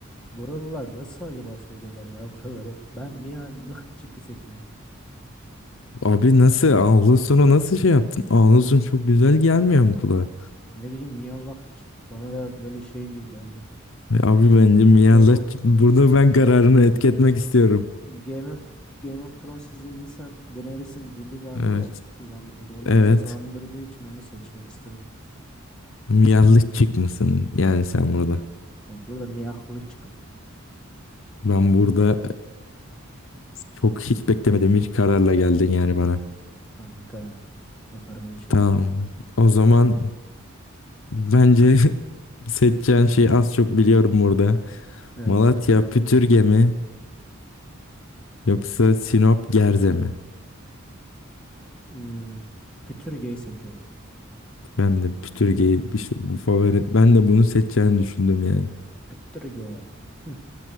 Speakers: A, in the centre; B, on the left.
A: Buralılar nasıl acaba söylüyorlar ya buraları? Ben Miyallıhçık'ı seçiyorum.
B: Abi nasıl? Ağlusunu nasıl şey yaptın? Ağlusun çok güzel gelmiyor mu kulağa?
A: Ne bileyim Miyallahçık bana da böyle şey gibi geldi.
B: Abi
A: Ee,
B: bence Mihalıççık.
A: Game of
B: Burada ben kararını etketmek istiyorum.
A: Game of Game of Thrones izlediysen Daenerys'in dili vardı
B: Evet.
A: ya kullandığı dili ona
B: Evet.
A: biraz andırdığı için onu seçmek istedim.
B: Mihalıççık mısın? Yani sen burada.
A: Evet burada Miyallahçık'ım
B: Ben burada çok hiç beklemediğim bir kararla geldin yani bana.
A: kanka yaparım öyle şeyler.
B: Tamam. O zaman bence <laughs> seçeceğin şeyi az çok biliyorum burada.
A: Evet.
B: Malatya Pütürge mi yoksa Sinop Gerze mi?
A: Hmm, Pütürge'yi seçiyorum.
B: Ben de Pütürge'yi işte bu favori ben de bunu seçeceğini düşündüm yani.
A: Pütürge. Hı,